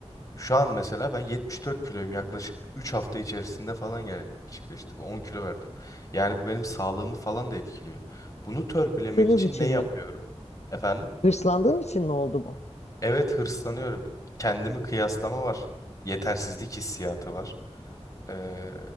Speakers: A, on the left; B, on the left.
A: Şu an mesela ben 74 kiloyum yaklaşık 3 hafta içerisinde falan gerçekleşti. Bu 10 kilo verdim. Yani bu benim sağlığımı falan da etkiliyor. Bunu törpülemek
B: Hırslandığınız
A: için
B: için
A: ne yapıyorum?
B: mi?
A: Efendim?
B: Hırslandığın için mi oldu bu?
A: Evet hırslanıyorum. Kendimi kıyaslama var. Yetersizlik hissiyatı var. Ee,